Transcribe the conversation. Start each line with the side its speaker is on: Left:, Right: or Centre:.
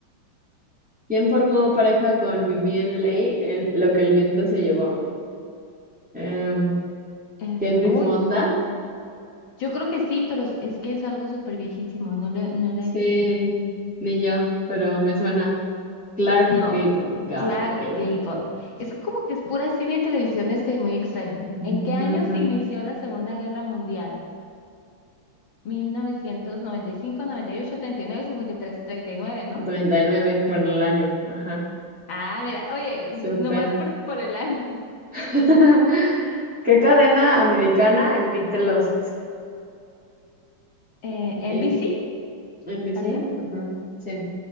Centre: ¿Quién formó pareja con Vivien Leigh en Lo que el viento se llevó? Eh,
Left: Eh,
Centre: Henry
Left: uy,
Centre: Fonda.
Left: yo creo que sí, pero es es que es algo súper viejísimo, no lo, no la
Centre: Sí,
Left: he visto.
Centre: ni yo, pero me suena. Clark
Left: No,
Centre: Gable, Gable,
Left: Clark
Centre: Gable.
Left: Gable. Es que como que es pura cine y televisión, este muy extraño.
Centre: Ujú,
Left: ¿En qué año se inició la Segunda Guerra Mundial? mil novecientos noventa noventa y y y cinco ocho treinta y nueve cincuenta y tres treinta y nueve ¿no?
Centre: 99 por el año. Ajá,
Left: Ah, mira, oye,
Centre: súper.
Left: nomás por, por el año. <laughs>
Centre: <laughs> ¿Qué cadena americana emite Lost?
Left: Eh, N
Centre: Eh,
Left: B C
Centre: NBC,
Left: tal vez,
Centre: ajá, sí.